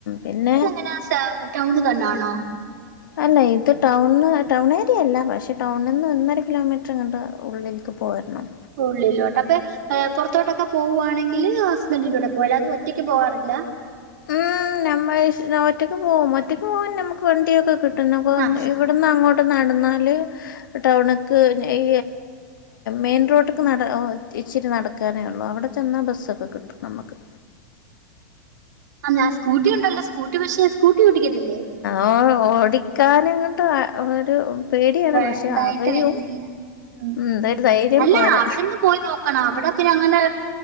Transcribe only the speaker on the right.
<unintelligible> ടൗൺ തന്നാണോ?
ഉള്ളിലോട്ടൊക്കെ പുറത്തോട്ടൊക്കെ പോവുവാണെങ്കിൽ ഹസ്ബൻഡിന്റെ കൂടെ പോവ അല്ലാതെ ഒറ്റയ്ക്ക് പോവാറില്ല?
ആ ഷ്.
ആ ഞാ സ്കൂട്ടി ഉണ്ടല്ലോ സ്കൂട്ടി പക്ഷെ സ്കൂട്ടി ഓടിക്കത്തില്ലേ?
വേ-
ഇതായിട്ട്
വരുന്നില്ല ഉം, ഉം.
അല്ല
അവിടെ നിന്ന് പോയി അവിടെ പിന്നെ അങ്ങനെ